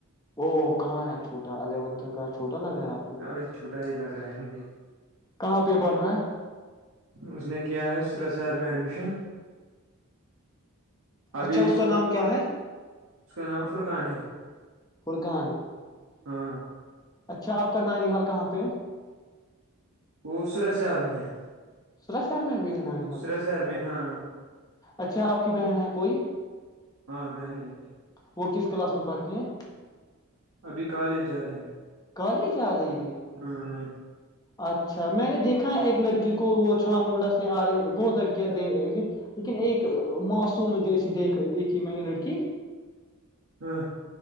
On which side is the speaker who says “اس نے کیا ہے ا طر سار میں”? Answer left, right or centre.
Right